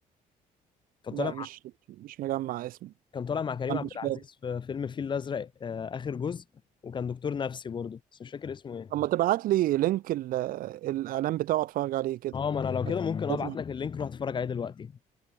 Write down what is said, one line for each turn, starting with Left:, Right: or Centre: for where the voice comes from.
Left: فطالع
Right: لا مش مش مجمع اسمه
Left: كان طالع مع كريم
Right: انا
Left: عبد
Right: مش
Left: العزيز
Right: فاكر
Left: في فيلم الفيل الازرق آه، اخر جزء وكان دكتور نفسي برضه بس مش فاكر اسمه ايه
Right: اما تبعت لي لينك ال- الاعلان بتاعه اتفرج عليه كده
Left: اه ما انا لو كده
Right: عشان
Left: ممكن ابعت لك اللينك روح اتفرج عليه دلوقتي